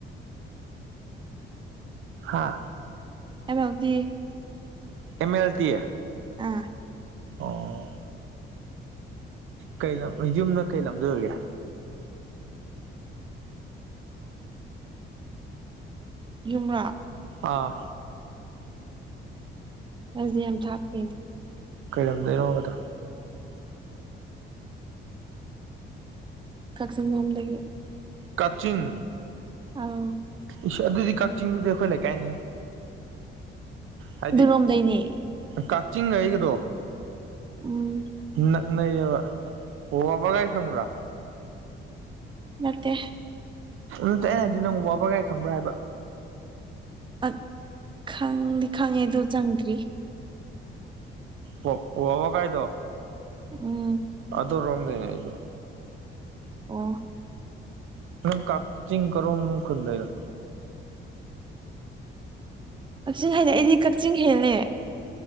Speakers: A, on the right (about 75°); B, on the right (about 25°).
A: ꯍꯥꯥ
B: M L T
A: M L T
B: ꯑꯥ
A: ꯑꯣ ꯀꯩ ꯂꯝ ꯌꯨꯝꯅ ꯀꯩꯂꯝꯗ ꯑꯣꯏꯔꯤꯒꯦ
B: ꯌꯨꯝꯔꯥ
A: ꯑꯥ
B: ꯑꯩꯗꯤ ꯌꯥꯝ ꯊꯥꯞꯄꯦ
A: ꯀꯩ ꯂꯝꯗꯩꯅꯣꯕ ꯑꯗꯣ
B: ꯀꯛꯆꯤꯡ ꯂꯣꯝꯗꯒꯤ
A: ꯀꯛꯆꯤꯡ
B: ꯑꯥꯎ
A: ꯏꯁ ꯑꯗꯨꯗꯤ ꯀꯛꯆꯤꯡꯗꯨꯗꯤ ꯑꯩꯈꯣꯏ ꯂꯩꯀꯥꯏꯅꯤ ꯍꯥꯏꯗꯤ
B: ꯑꯗꯨꯔꯣꯝꯗꯩꯅꯦ
A: ꯀꯛꯆꯤꯡꯒꯩꯒꯗꯣ
B: ꯎꯝ
A: ꯅꯪ ꯅꯕ ꯑꯣ ꯑꯕ ꯀꯥꯏ ꯈꯪꯔ
B: ꯅꯠꯇꯦ
A: ꯑꯗꯨꯇ ꯑꯩꯅ ꯍꯥꯏꯗꯤ ꯅꯪ ꯋꯥꯕ꯭ꯔꯒꯥꯏ ꯈꯪꯕ꯭ꯔꯥ ꯍꯥꯏꯕ
B: ꯑ ꯈꯪꯗꯤ ꯈꯪꯉꯦ ꯑꯗꯨꯣ ꯆꯪꯗ꯭ꯔꯤ
A: ꯎꯝ ꯋꯥꯕꯣ ꯀꯥꯏꯗꯣ
B: ꯎꯝ
A: ꯑꯗꯨ ꯔꯣꯝꯗꯦꯅꯦꯁꯨ
B: ꯑꯣ
A: ꯅꯪ ꯀꯥꯛꯛꯆꯤꯡ ꯀꯣ ꯃ ꯈꯣꯟꯟꯗꯅ
B: ꯀꯛꯆꯤꯡ ꯍꯥꯏꯗꯤ ꯑꯩꯗꯤ ꯀꯛꯆꯤꯡ ꯍꯦꯜꯂꯦ